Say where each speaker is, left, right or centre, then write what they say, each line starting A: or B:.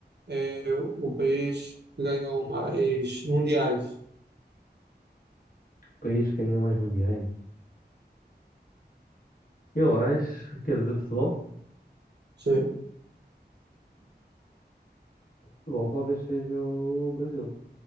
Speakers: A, on the right; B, on the left.
A: é o país que ganhou mais mundiais.
B: país que ganhou mais mundiais? Eu acho que é de futebol.
A: Sim.
B: Futebol talvez seja o Brasil.